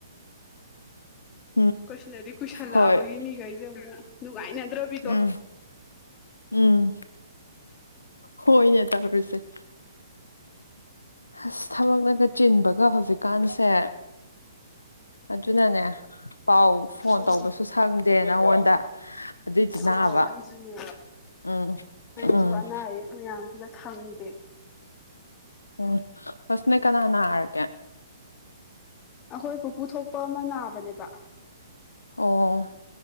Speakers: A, on the left (about 80°); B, on the left (about 25°).
A: ꯎꯝ
B: ꯑꯩꯈꯣꯏ ꯁꯤꯗꯗꯤ ꯀꯨꯏꯁꯜꯂꯛꯑꯕꯒꯤ
A: ꯍꯣꯏ
B: ꯃꯤꯈꯩꯁꯦ ꯑꯃꯨꯛ ꯅꯨꯡꯉꯥꯏꯅꯗ꯭ꯔꯕꯤꯗꯣ
A: ꯎꯝ ꯎꯝ ꯍꯣꯏꯅꯦ ꯇꯧꯔꯤꯁꯦ ꯑꯁ ꯊꯕꯛꯅꯒ ꯆꯤꯟꯕꯒ ꯍꯧꯖꯤꯛꯀꯥꯟꯁꯦ ꯑꯗꯨꯅꯅꯦ ꯄꯥꯎ ꯐꯣꯟ
B: ꯎꯝ
A: ꯇꯧꯕꯁꯨ ꯁꯪꯗꯦ ꯅꯪꯉꯣꯟꯗ ꯑꯗꯨꯏꯗꯤ ꯅꯥꯕ
B: ꯑꯥꯎ ꯑꯩꯁꯨꯅꯦ
A: ꯎꯝ
B: ꯑꯩꯁꯨ
A: ꯎꯝ
B: ꯑꯅꯥ ꯑꯌꯦꯛ ꯃꯌꯥꯝꯁꯤꯗ ꯁꯪꯗꯦ
A: ꯑꯣ ꯑꯁ ꯅꯣꯏ ꯀꯅꯥ ꯅꯥꯔꯒ‌ꯦ
B: ꯑꯈꯣꯏ ꯄꯨꯄꯨ ꯊꯣꯛꯄ ꯑꯃ ꯅꯥꯕꯅꯦꯕ
A: ꯑꯣ